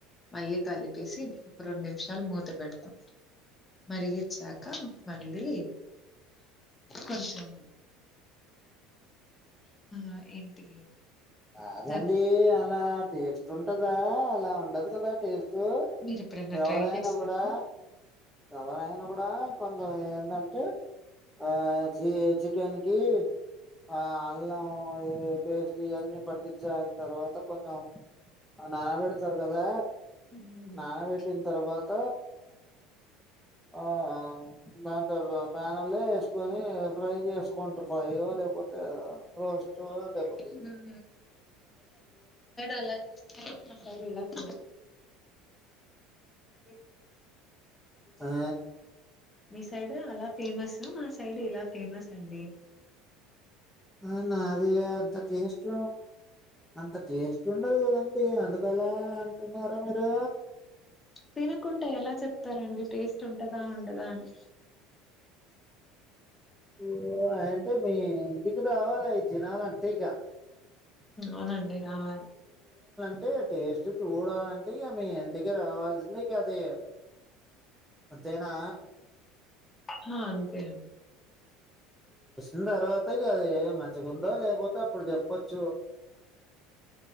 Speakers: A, on the left (about 15°); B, in the centre.
A: మళ్ళీ కలిపేసి రెండు నిమిషాలు మూత పెడతాం. మరిగీచ్చాక మళ్ళీ కొంచెం ఆ ఏంటి
B: రాదండి.
A: జర
B: అలా టేస్ట్ ఉంటదా అలా ఉండదు కదా టేస్ట్
A: మీరు ఎప్పుడైనా
B: ఎవరైనా
A: ట్రై చేశారా
B: కూడా ఎవరయన కూడా కొంచెం ఏంటంటే ఆ చీ చికెన్ కి ఆ అల్ పేస్టీ అన్ని పట్టించా తర్వాత కొంచెం నానబెడతారు కదా
A: ఉమ్
B: నానా బేట తర్వాత ఆ నంట ప్రన ప్లే వేసుకని ఫ్రై చేసుకుంట ఫయో లేకపోతే అ క ఆ అదేపో
A: ఉమ్. అలా మసాల ఫ
B: స ఆ
A: మీ సైడ్ అలా ఫేమస్ మా సైడ్ ఇలా ఫేమస్ అండి
B: అనా అది అంత టేస్ట్ అంత టేస్ట్ ఉండదు కదండి అందుకలా అంటున్నారా మీరు
A: తినకుంటే ఎలా చెప్తారండి టేస్ట్ ఉంటదా ఉండదా అని
B: ఓ అంటే మీ ఇంటికి రావాలివి తినాలంటే ఇక
A: అవునండి రావాలి
B: అంటే టేస్ట్ చూడాలంటే మీ ఎంటిక రావాజ న క అది అంతేనా
A: హా అంతే
B: ఇ తర్వాత అది మంచిగా ఉందో లేకపోతే అప్పుడు చెప్పచ్చు